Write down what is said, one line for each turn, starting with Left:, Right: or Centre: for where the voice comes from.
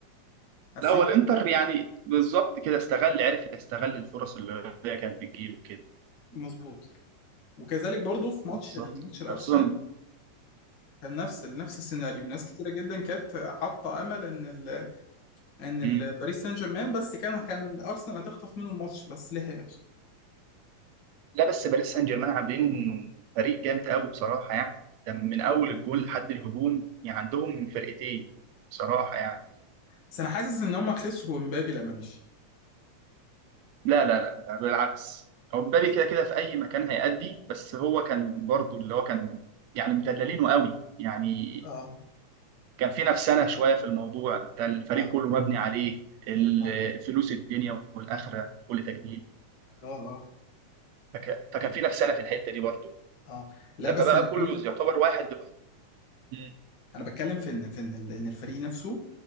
Left: حسيت
Right: لا هو الانتر يعني بالظبط كده استغل عرف يستغل الفرص اللي هي كانت بتجيله كده
Left: مظبوط وكذلك برضو في ماتش
Right: بالظبط
Left: الماتش الارسنال
Right: خصوصا
Left: كان نفس نفس السيناريو ناس كتيره جدا كانت حاطه امل ان ال ان ال
Right: مم.
Left: باريس سان جيرمان بس كان كان الارسنال هتخطف منه الماتش بس لحق نفسه
Right: لا بس باريس سان جيرمان عاملين فريق جامد قوي بصراحه يعني ده من اول الجول لحد الهجوم يعني عندهم فرقتين بصراحه يعني
Left: بس انا حاسس ان هم خسروا امبابي لما مشي
Right: لا لا لا ده بالعكس هو مبابي
Left: مش-
Right: كده كده في اي مكان هيأدي بس هو كان برضو اللي هو كان يعني مدللينه قوي يعني
Left: اه
Right: كان في نفسنا شويه في الموضوع انت الفريق
Left: اه
Right: كله مبني عليه الفلوس
Left: اه
Right: الدنيا والاخره كل تجديد
Left: اه اه,
Right: فك- فكان في نفسنا في الحته دي برضو
Left: آه. لا
Right: لما
Left: بس
Right: بقى
Left: انا بتكلم
Right: كله يعتبر واحد دلوقتي م-
Left: انا بتكلم في ان في ان ال- إن الفريق نفسه